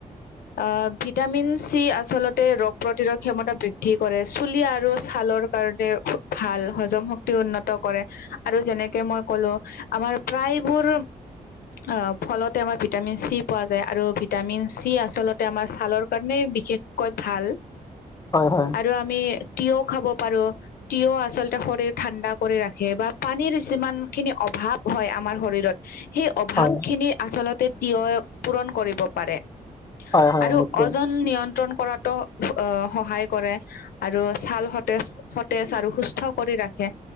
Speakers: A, on the left; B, on the left.
A: অ', ভিটামিন চি আচলতে ৰক প্ৰতিৰোধ ক্ষমতা বৃদ্ধি কৰে, চুলি আৰু ছালৰ কাৰণে ভাল, হজম শক্তি উন্নত কৰে আৰু যেনেকে মই ক'লো আমাৰ প্ৰায়বোৰ অ', ফলতে আমাৰ ভিটামিন চি পোৱা যায় আৰু ভিটামিন চ যি আচলতে আমাৰ ছালৰ কাৰণেই বিশেষ কৈ ভাল
B: হয়
A: আৰু আমি তিয়ও খাব পাৰো। তিয়হ আচলতে শৰীৰ ঠাণ্ডা কৰি ৰাখে বা পানীৰ যিমান খিনি অভাৱ হয় আমাৰ শৰীৰত সেই অভাৱখিনি
B: হয়
A: আচলতে তিয়হে পূৰণ কৰিব পাৰে।
B: হয় হয়
A: আৰু
B: নিশ্চয়
A: অজন নিয়ন্ত্ৰণ কৰাতো অ সহায় কৰে। আৰু ছাল সতেজ- সতেজ আৰু সুস্থ কৰি ৰাখে।